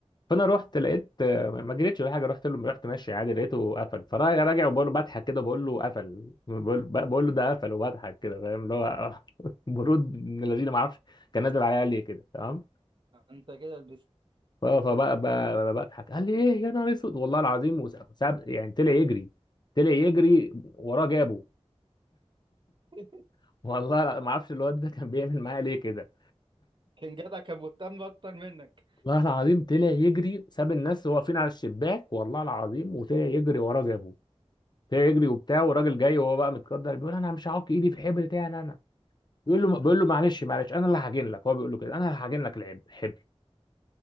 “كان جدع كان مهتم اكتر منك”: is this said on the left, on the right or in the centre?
Right